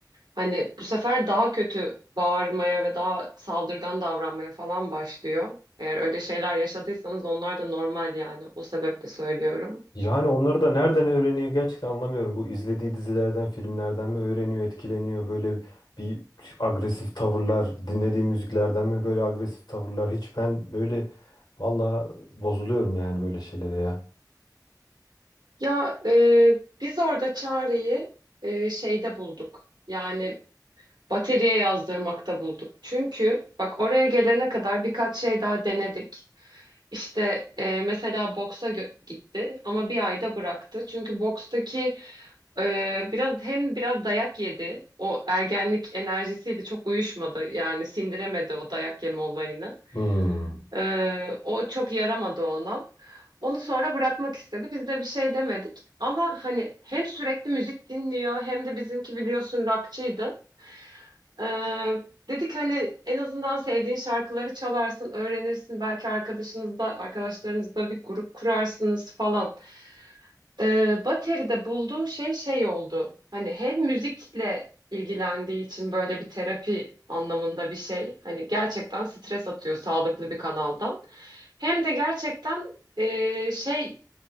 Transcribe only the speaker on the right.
Hani bu sefer daha kötü bağırmaya ve daha saldırgan davranmaya falan başlıyor. Eğer öyle şeyler yaşadıysanız onlar da normal yani. O sebeple söylüyorum.
Ya e, biz orada çareyi e, şeyde bulduk. Yani bataryaya yazdırmakta bulduk. Çünkü bak oraya gelene kadar birkaç şey daha denedik. İşte e, mesela boksa gö- gitti ama bir ayda bıraktı. Çünkü bokstaki e, biraz hem biraz dayak yedi. O ergenlik enerjisiyle çok uyuşmadı. Yani sindiremedi o dayak yeme olayını.
Ee, o çok yaramadı ona. Onu sonra bırakmak istedi. Biz de bir şey demedik. Ama hani hem sürekli müzik dinliyor hem de bizimki biliyorsun rockçıydı. Ee, dedik hani en azından sevdiğin şarkıları çalarsın, öğrenirsin. Belki arkadaşınızda, arkadaşlarınızda bir grup kurarsınız falan. Ee, Bateri'de bulduğu şey şey oldu. Hani hem müzikle ilgilendiği için böyle bir terapi anlamında bir şey. Hani gerçekten stres atıyor sağlıklı bir kanaldan. Hem de gerçekten e, şey